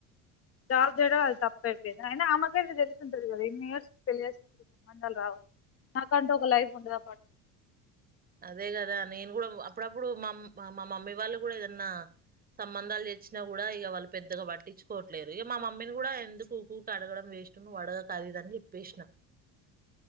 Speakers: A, on the left; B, on the right.
A: చ జడ అ తప్పపోది అయినా ఆమెకైతే తెలిసి ఉంటది కదా ఇన్ని ఇయర్స్ తెలి సంబంధాలు రావు నాకంటే ఒక లైఫ్ ఉండదా పట్
B: అదే కదా నేను కూడా అప్పుడప్పుడు మా మా మమ్మీ వాళ్ళు కూడా ఏదన్నా సంబంధాలు తెచ్చినా కూడా ఇక వాళ్ళు పెద్దగా పట్టించుకోవట్లేరు ఇక మా మమ్మీని కూడా ఎందుకు ఉకుకి అడగడం వేస్ట్ వడగ కాదు ఇదని చెప్పేసిన